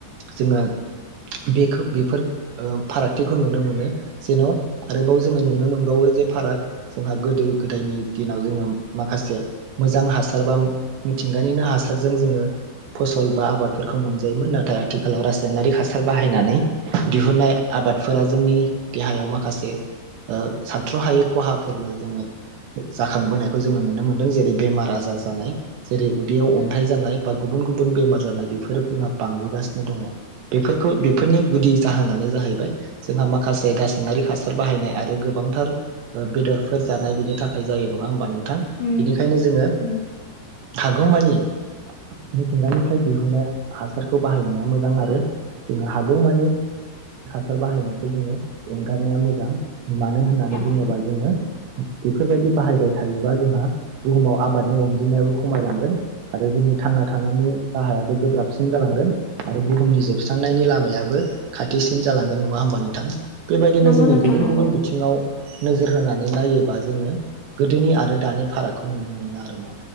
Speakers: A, on the right; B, on the left.
A: जोङो बेखौ बेफोर फारागथिखौ नुनो मोनो जेन' आरोबाव जोङो नुनो मोनबावो जे फाराग जोंहा गोदो गोदायनि दिनाव जोङो माखासे मोजां हासार बा मिथिंगानिनो हासारजों जोङो फसल बा आबादफोरखौ मोनजायोमोन नाथाय आथिखालाव रासायनारिक हासार बाहायनानै दिहुुननाय आबादफोरा जोंनि देहायाव माखासे ओ सानथ्र'हायै खहाफोरबो जोङो जाखांबोनायखौ जोङो नुनो मोनदों जेरै बेमार आजार जानाय जेरै उदैयाव
B: उम
A: अन्थाइ जानाय बा गुबुन गुबुन बेमार जानाय बेफोरो जोंहा बांबोगासिनो दङ। बेफोरखौ बेफोरनि
B: उम
A: गुदि जाहोनानो जाहैबाय। जोंहा माखासे रासायनारि हासार बाहायनाय आरो गोबांथार बेदरफोर जानाय बेनि थाखाय जायो नङा होमबा नों थां
B: उम
A: बिनिखायनो जोङो
B: उम
A: हागौमानि मिथिंगानिफ्राय दिहुनन्नाय हासारखौ बाहायनाया मोजां आरो जोङो हागौमानि हासार बाहायनायखौ जोङो एंगारनाया मोजां मानो होननानै
B: औ
A: बुङोबा जोङो बेफोरबायदि बाहायबाय थायोबा जोंहा बुहुमाव आबादनि अनजिमायाबो खमायलांगोन आरो जोंनि थांना थानायनि राहायाबो गोब्राबसिन जालांगोन आरो बुहुमनि जोबस्रांनायनि लामायाबो खाथिसिन जालांगोन नङा होमबा नोंथां बेबायदिनो
B: नंगौ
A: जोङो
B: नोंथां
A: गुबुन
B: नंगौ
A: गुबुन ङाव नोजोर होनानै नायोबा जोङो गोदोनि आरो दानि फारागखौ नुनो मोनो आरो मा?